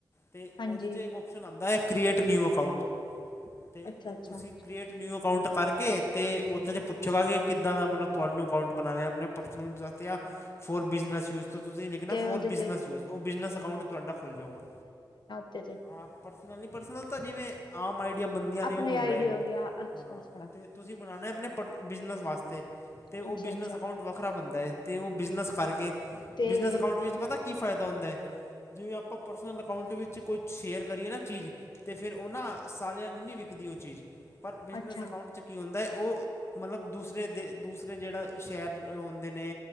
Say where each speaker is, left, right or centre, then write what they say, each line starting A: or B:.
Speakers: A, on the left; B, on the left.
A: ਤੇ
B: ਹਾਂਜੀ
A: ਉਹਦੇ ਚ ਔਪਸ਼ਨ ਆੰਦਾ ਐ ਕ੍ਰੀਏਟ ਨਿਊ ਅਕਾਊਂਟ ਤੇ
B: ਅੱਛਾ ਅੱਛਾ
A: ਤੁਸੀਂ ਕ੍ਰੀਏਟ ਨਿਊ ਅਕਾਊਂਟ ਕਰਕੇ ਅਤੇ ਉਹਦੇ 'ਚ ਪੁੱਛੇਗਾ ਕਿ ਕਿੱਦਾਂ ਦਾ ਮਤਲਬ ਤੁਹਾਨੂੰ ਅਕਾਊਂਟ ਬਨਾਨਾ ਆਪਣੇ ਪਰਸਨਲ ਜਾਂ ਤੇ ਆ ਫੋੌਰ ਬਿਜ਼ਨਸ ਯੂਜ ਤੋਂ ਤੁਸੀਂ ਲਿਖਣਾ
B: ਤੇ
A: ਫੋੌਰ
B: ਉਹਦੇ
A: ਬਿਜ਼ਨਸ
B: ਤੇ
A: ਯੂਜ਼ ਉਹ ਬਿਜਨਸ ਅਕਾਊਂਟ ਤੁਹਾਡ ਖੁੱਲ੍ਹ ਜਾਊਗਾ
B: ਤੇ ਤੇ
A: ਹਾਂ ਪਰਸਨਲ ਨੀ ਪਰਸਨਲ ਤਾਂ ਜਿਵੇਂ ਆਮ ਆਈਡੀਆ ਬੰਨਦੀਆਂ ਨੇ
B: ਆਪਣੇ
A: ਉਹ ਹੁੰਦਾ
B: ਆਈਡੀ
A: ਏ
B: ਹੋਗੇ ਅੱਛਾ
A: ਹਾਂ
B: ਅੱਛਾ
A: ਤੇ ਤੁਸੀਂ ਬਨਾਨਾ ਆਪਣੇ ਬਿਜਨਸ ਵਾਸਤੇ ਤੇ ਉਹ
B: ਅੱਛਾ
A: ਬਿਜਨਸ
B: ਅੱਛਾ
A: ਅਕਾਊਂਟ ਵੱਖਰਾ ਬਨਦਾ ਏ ਤੇ ਉਹ ਬਿਜਨਸ ਕਰਕੇ
B: ਤੇ
A: ਬਿਜਨਸ ਅਕਾਊਂਟ
B: ਫਿਰ
A: ਵਿੱਚ ਪਤਾ ਕੀ ਫਾਇਦਾ ਹੁੰਦਾ ਐ ਜਿਵੇਂ ਆਪਾਂ ਪਰਸਨਲ ਅਕਾਊਂਟ ਵਿੱਚ ਕੋਈ ਸ਼ੇਅਰ ਕਰੀਏ ਨਾ ਚੀਜ਼ ਅਤੇ ਫਿਰ ਉਹ ਨਾਂ ਸਾਰਿਆਂ ਨਹੀਂ ਵਿਕਦੀ ਉਹ ਚੀਜ਼, ਪਰ ਬਿਜਨਸ
B: ਅੱਛਾ
A: ਅਕਾਊਂਟ ਚ' ਕੀ ਹੁੰਦਾ ਏ ਉਹ ਮਤਲਬ ਦੂਸਰੇ ਦੇ ਦੂਸਰੇ ਜਿਹੜਾ ਸ਼ਹਿਰ ਹੁੰਦੇ ਨੇ